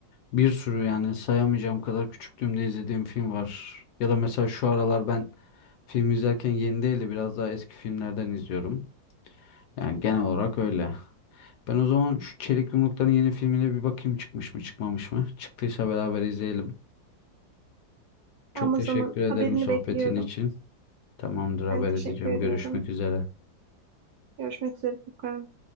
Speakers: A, on the left; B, on the right.
A: Bir sürü yani sayamayacağım kadar küçüklüğümde izlediğim film var. Ya da mesela şu aralar ben film izlerken yeni değil de biraz daha eski filmlerden izliyorum. Yani genel olarak öyle. Ben o zaman şu Çelik Yumrukların yeni filmine bir bakayım çıkmış mı çıkmamış mı? Çıktıysa beraber izleyelim. Çok
B: Ama
A: teşekkür
B: o zaman
A: ederim
B: haberini
A: sohbetin
B: bekliyorum.
A: için. Tamamdır haber
B: Ben teşekkür
A: edeceğim.
B: ediyorum.
A: Görüşmek üzere.
B: Görüşmek üzere Furkan.